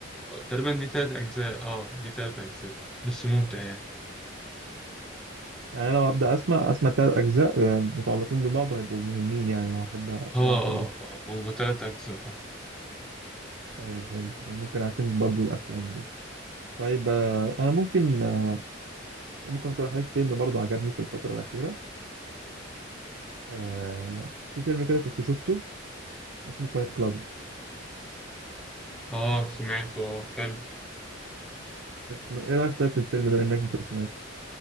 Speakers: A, in the centre; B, on the right.
A: آه، تقريبا دي تلات أجزاء اه دي تلات أجزاء بس ممتع يعني
B: يعني انا لو هبدأ اسمع اسمع تلات اجزاء آه، متعلقين ببعض هيبقوا مهمين يعني لو احب اسمعهم
A: اه اه
B: كله
A: اه هو تلات أجزاء اه
B: طيب حلو انا ممكن اعتمد برضو الافلام دي طيب آه، انا ممكن آه، ممكن اقترح عليك فيلم برضو عجبني في الفترة الأخيرة آه، في فيلم كده كنت شفته اسمه فايت كلاب
A: آه، سمعته آه، حلو
B: ايه رأيك طيب في الفيلم ده انك انت سمعت